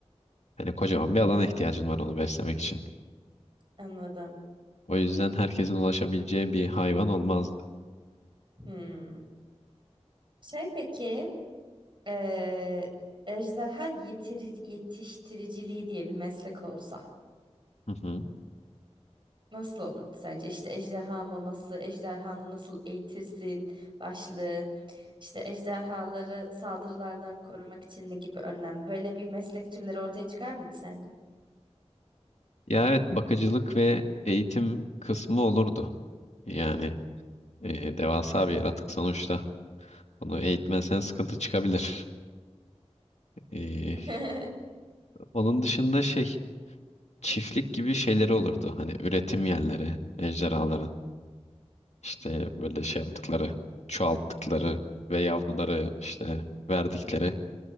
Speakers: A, on the left; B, on the right.
A: Hani kocaman bir
B: Hmm,
A: alana ihtiyacın var onu beslemek için.
B: anladım.
A: O yüzden herkesin ulaşabileceği bir hayvan olmazdı.
B: Hmm. Şey peki Eee ejderha yetiri- yetiştiriciliği diye bir meslek olsa
A: Hı hı.
B: nasıl olurdu sence? İşte ejderha maması, ejderhanı nasıl eğitirsin başlığı, işte ejderhaları saldırılardan korumak için ne gibi önlem? Böyle bir meslek türleri ortaya çıkar mıydı sence?
A: Ya evet bakıcılık ve eğitim kısmı olurdu. Yani e, devasa bir yaratık sonuçta. Onu eğitmezsen sıkıntı çıkabilir. E,
B: <laughs>
A: onun dışında şey çiftlik gibi şeyleri olurdu. Hani üretim yerleri, ejderhaların işte böyle şey yaptıkları, çoğalttıkları ve yavruları işte verdikleri